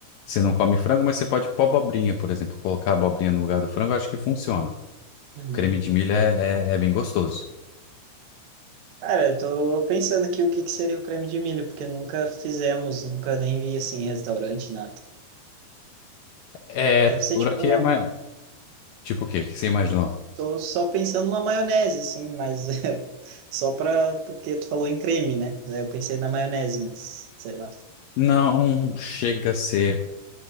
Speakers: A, on the left (about 75°); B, on the right (about 90°).
A: Você não come frango, mas você pode pôr abobrinha, por exemplo, colocar a abobrinha no lugar do frango, eu acho que funciona.
B: Uhum.
A: creme de milho é, é, é bem gostoso.
B: Cara, eu tô pensando aqui o que que seria o creme de milho, porque nunca fizemos, nunca nem vi assim em restaurante, nada.
A: É,
B: Deve ser
A: por
B: tipo
A: aqui
B: uma.
A: é mais. Tipo o quê? O que você imaginou?
B: Tô só pensando uma maionese, assim, mas <laughs> é, só pra. Porque tu falou em creme, né? Daí Eu pensei na maionese, mas sei lá.
A: Não chega a ser